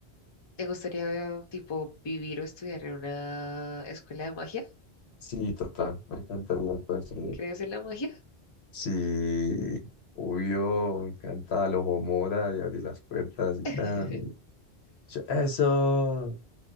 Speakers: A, on the left; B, on the left.
A: ¿Te gustaría, eh, tipo, vivir o estudiar en una escuela de magia?
B: Sí, total, me encantaría, pues, sí.
A: ¿Crees en la magia?
B: Sí, obvio, me encanta el ojo mora y abrir las puertas y
A: <laughs>
B: tan. Yo, Eso.